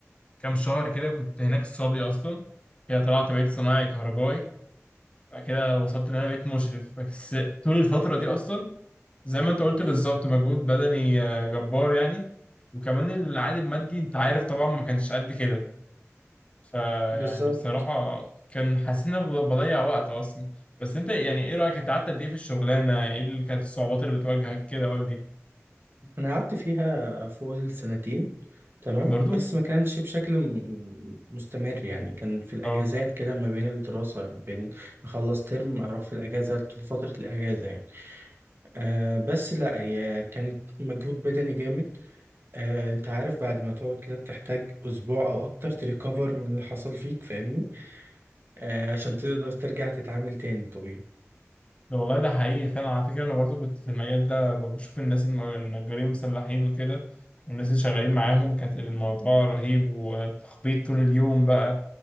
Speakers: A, on the left; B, on the right.
A: كام شهر كده كنت هناك صبي اصلا كده طلعت بقيت صنايعي كهربائي بعد كده وصلت ان انا بقيت مشرف بس طول الفتره دي اصلا زي ما انت قلت بالظبط مجهود بدني آه، جبار يعني وكمان العائد المادي انت عارف طبعا ما كانش قد كده فيعني
B: بالظبط
A: بصراحه كان حاسس ان انا ب- بضيع وقت اصلا بس انت يعني ايه رايك انت قعدت قد ايه في الشغلانه ايه اللي كانت الصعوبات اللي بتواجهك كده قول لي
B: انا قعدت فيها فوق السنتين تمام
A: برضو
B: بس ما كانش بشكل م- مستمر يعني كان في الاجازات
A: اه
B: كده ما بين الدراسه بين اخلص ترم اروح في الاجازه طول فتره الاجازه يعني آه بس لا هي كانت مجهود بدني جامد آه انت عارف بعد ما تقعد كده بتحتاج اسبوع او اكتر تريكفر من اللي حصل فيك فاهمني آه عشان تقدر ترجع تتعامل تاني طبيعي
A: ده والله ده حقيقي فعلا على فكرة أنا برضو كنت في المجال ده بشوف الناس الم- النجارين المسلحين وكده والناس اللي شغالين معاهم كانت الموضوع رهيب وتخبيط طول اليوم بقى